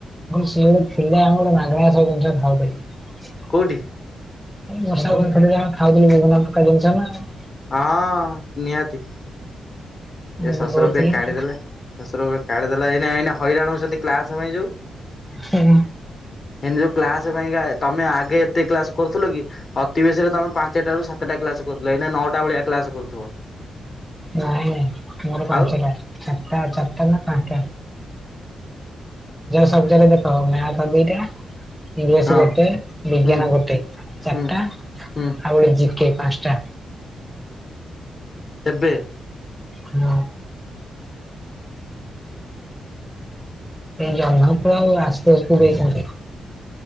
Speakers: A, in the centre; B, on the left.
A: ସିଏ ଗୋଟେ ଥିଲା ଆମେ ଗୋଟେ ମାଗଣା ସବୁ ଜିନିଷ ଖାଉଥିଲା।
B: କଉଠି?
A: ବର୍ଷା ଦିନ ଆମେ ଖାଉଥିଲୁ ବିଭିନ୍ନ ପ୍ରକାର ଜିନିଷ ନା ଆଉ
B: ହଁ ନିହାତି।
A: ମୁଁ
B: ଏ ଶସୁର
A: ଦଉଥିଲି
B: ପିଏ କାଢିଦେଲା।
A: ନା।
B: ଶଶୁର କାଢି ଦେଲା ଏଇ ଏଇ ହଇରାଣ ହଉଛନ୍ତି କ୍ଲାସ ପାଇଁ ଯୋଉ।
A: ହୁଁ।
B: ଏନେ ଯୋଉ କ୍ଲାସ ପାଇଁକା ତମେ ଆଗେ ଏତେ କ୍ଲାସ କରୁଥିଲ କି ।ଅତିିବେଶୀରେ ତମେ ପାଞ୍ଚଟାରୁ ସାତ ସତଟା କ୍ଲାସ କରୁଥିଲା ଏଇନା ନଅଟା ଭଳିଆ କ୍ଲାସ କରୁଥିବ।
A: ନାଇଁ ନାଇଁ। ମୋର ପାଞ୍ଚଟା
B: ଆଉ
A: ଚାରିଟା ଚାରିଟା ନା ପାଞ୍ଚଟା? ସବ ଜା ଦେଖ ମ୍ୟାଥ ଦିଇଟା ଇଂଲିଶ
B: ହଁ
A: ଗୋଟେ ବିଜ୍ଞାନ
B: ହୁଁ
A: ଗୋଟେ ଚାରିଟା
B: ହୁଁ ହୁଁ
A: ଆଉ ଗୋଟେ ପାଞ୍ଚଟା।
B: ଏବେ <inaudible>
A: ହଁ। ଜହନ ପୁର ଆଉ ଆସ୍ତକୁ ଦେଇଛନ୍ତି।